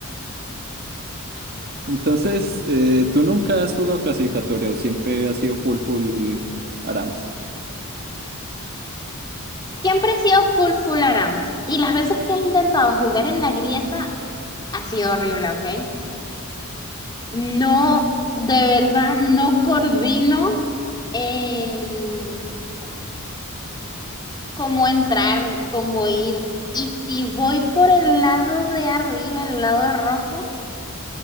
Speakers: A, on the right; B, on the left.
A: Entonces, eh, ¿tú nunca has jugado clasificatoria o siempre has sido full, full ARAMS?
B: Siempre he sido full full aram. Y las veces que he intentado jugar en la grieta ha sido horrible, ¿ok? No, de verdad, no coordino eh, cómo entrar, cómo ir. Y si voy por el lado de arriba, el lado rojo,